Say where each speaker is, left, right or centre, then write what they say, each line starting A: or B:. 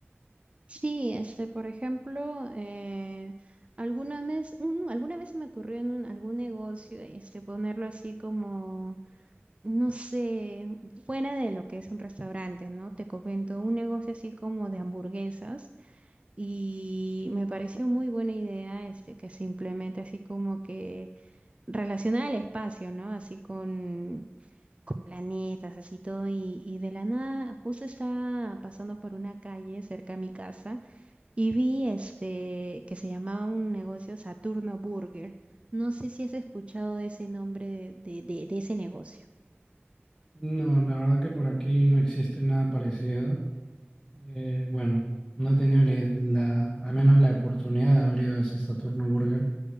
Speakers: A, on the right (about 30°); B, in the centre.
A: Sí, este, por ejemplo, eh, alguna vez, un- alguna vez se me ocurrió en un- algún negocio, este, ponerlo así como no sé, fuera de lo que es un restaurante, ¿no? Te comento, un negocio así como de hamburguesas y me pareció muy buena idea este que se implemente así como que relacionada al espacio, ¿no? Así con, con planetas, así todo y, y de la nada, justo estaba pasando por una calle cerca a mi casa y vi este que se llamaba un negocio Saturno Burger. No sé si has escuchado ese nombre de de- de- de ese negocio.
B: No, la verdad que por aquí no existe nada parecido. Eh, bueno, no he tenido la, la- al menos la oportunidad de haber ido a ese Saturno Burger.